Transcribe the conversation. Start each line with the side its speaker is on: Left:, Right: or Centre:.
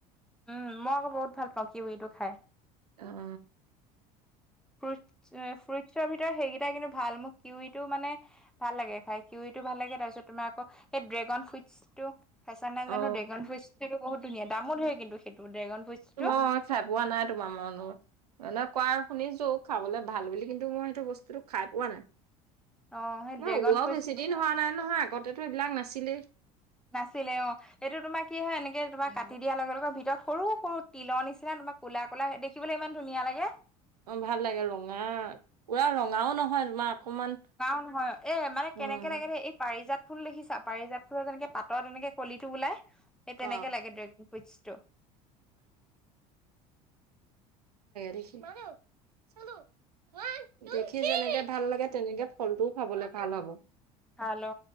Centre: উম মই আকৌ বহুত ভাল পাওঁ কিউৰিটো খাই।
Right: উ উম
Centre: ফ্ৰুট ফ্ৰুটছৰ ভিতৰত সেইকেই কিন্তু ভাল, মোক কিউৰিটো মানে ভাল লাগে খাই, কিউৰিত ভাল লাগে তাৰ পিছত তোমাৰ আকৌ ড্ৰেগন ফ্ৰুট ফুইটো, খাইচা নাই
Right: অ
Centre: জানো ড্ৰেগন ফ্ৰুটটো বহুত ধুনীয়া, দামো ধেই হয় কিন্তু সেইটো ড্ৰেগন ফ্ৰুইটছটো
Right: তোমাৰ খাই পোৱা নাই তোমাৰ, এনে কোৱা শুনিছো খাবলৈ ভাল বুলি, কিন্তু মই সেইটো বস্তুটো খাই পোৱা নাই।
Centre: অ সেই ড্ৰেগন
Right: ওলোৱাও
Centre: ফ্ৰুইটছটো
Right: বেছি দিন
Centre: ভাল
Right: হোৱা
Centre: হয়
Right: নাই নহয় আগতেতো এইবিলাক নাছিলেই।
Centre: নাছিলে অ' এইটো তোমাৰ কি হয় এনেকে তোমাৰ কাটি দিয়াৰ লগে লগে ভিতৰত সৰু-সৰু তিলৰ নিচিনা তোমাৰ ক'লা-ক'লা দেখিবলৈ ইমান ধুনীয়া লাগে।
Right: অ' ভাল লাগে ৰঙা পুৰা ৰঙাও নহয় অকমান তোমাৰ
Centre: নাও নহয় এ মানে
Right: উম
Centre: কেনেকে লাগে দে, এই পাৰিজাত ফুল দেখিছা পাৰিজাত ফুলৰ যেনেকে পাতত এনেকে কলি এই তেনেকে
Right: অ
Centre: লাগে ড্ৰেগন ফ্ৰুটচ টো
Right: লিখি, চালোঁ ঊৱান, টু সি, যেনেকে ভাল লাগে তেনেকে ফলটোও খাবলে ভাল হ'ব।
Centre: ভাল অ,